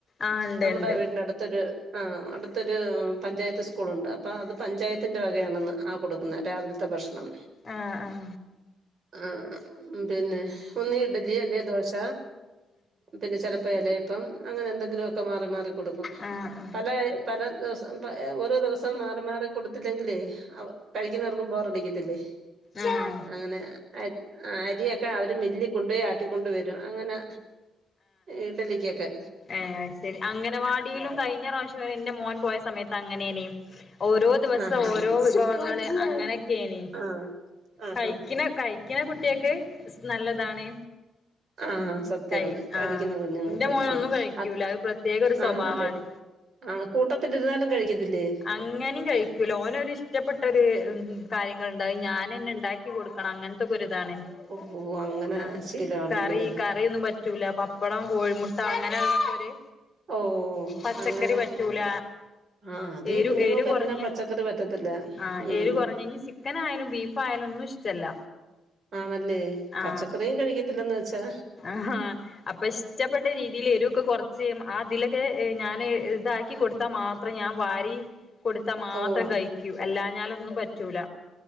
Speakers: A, on the left; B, on the right.
A: ആഹ് ഉണ്ട്
B: നമ്മുടെ
A: ഉണ്ട്
B: വീടിന്റെ അടുത്തൊ ആ അടുത്തൊരു പഞ്ചായത്ത് സ്കൂൾ ഉണ്ട് അപ്പ ആ പഞ്ചായത്തിന്റെ വകയാണെന്ന് ആ കൊടുക്കുന്നെ രാവിൽത്തെ ഭഷ്ണം
A: ആഹ ആഹ
B: ആ പിന്നെ ഒന്ന് ഇഡ്ലി അല്ലെ ദോശ പിന്നെ പ്പ എലേപ്പം അങ്ങന എന്തെങ്കിലുമൊക്കെ മാറി മാറി കൊടുക്കും
A: ആഹ് ആഹ്
B: പല പല ദിവസം ഓരോ ദിവസം മാറി മാറി കൊടുത്തില്ലെങ്കിലേ കഴിക്കുന്നവർക്കും ബോറടിക്കത്തില്ലേ
A: ആം <unintelligible> <inaudible>
B: അങ്ങനെ അ അരിയൊക്കെ അവര് മില്ലിക്കൊണ്ട് ആട്ടിക്കൊണ്ട് വരും അങ്ങനെ ഇഡലിക്കെക്കെ
A: ഏ ശരി അംഗനവാടിയിലും കഴിഞ്ഞ പ്രാശം ന്റെ മോൻ പോയ സമയത്ത് അങ്ങനെനെ ഓരോ ദിവസം
B: ആഹ്
A: ഓരോ വിഭവങ്ങള് അങ്ങനെക്കെയേനി
B: ആഹ് ആഹ് ആഹ്
A: കഴിക്ക്ണ കഴിക്ക്ണ കുട്ടിയക്ക് നല്ലതാണ്
B: ആഹ് സത്യാണ്
A: കൈ
B: കഴിക്കുന്ന
A: ആഹ
B: കുഞ്ഞുങ്ങൾക്ക്
A: എന്റെ മോനൊന്നും
B: ആഹ്
A: കഴിക്കൂല
B: അത്
A: അഹ് പ്രത്യേക ഒരു സ്വഭാവാണ്
B: ആണല്ലേ ആഹ് കൂട്ടത്തിലിരുന്നാലും കഴിക്കത്തില്ലേ
A: അങ്ങന്നിം കഴിക്കൂല ഓനൊരിഷ് ഇഷ്ടപ്പെട്ട ഒരു കാര്യങ്ങൾ ഉണ്ട് അഹ് ഞാനെന്നെ ഇണ്ടാക്കി കൊടുക്കണം അങ്ങനതൊക്കെ രി <unintelligible>
B: ഓഹ് അങ്ങനെ ശീലമാണല്ലേ
A: കറി കറിഒന്നും പറ്റൂല പപ് പപ്പടം കോഴിമുട്ട അങ്ങനെയള്ളക്ക <unintelligible> ഒരു
B: ഓഹ്
A: പച്ചക്കറി
B: അങ്ങനെ
A: പറ്റൂല
B: ആഹ് അത്
A: എരു
B: ഈ കുഞ്ഞുങ്ങൾക്കെല്ലാം
A: എരു കൊറഞ്ഞെ
B: പച്ചക്കറി പറ്റത്തില്ല
A: ആ
B: ഉം
A: എരു കൊറഞ്ഞ <unintelligible> ചിക്കനായാലും ബീഫ് പായലൊന്നും ഇഷ്ടല്ല
B: ആണല്ലേ
A: ആ
B: പച്ചക്കറിയും കഴിക്കത്തില്ലെന്ന് വെച്ചാ
A: ആഹാ <unintelligible> അപ്പൊ <unintelligible> ഇഷ്ടപ്പെട്ട രീതിയിൽ എരുവൊക്ക കൊറച്ച് ആതിലൊക്കെ ഞാന് താക്കി കൊടുത്താൽ മാത്രം ഞാൻ വാരി കൊടുത്താ മാത്രം
B: ഓഹ്
A: കഴിക്കൂ, അല്ലാഞ്ഞാലൊന്നും പറ്റൂല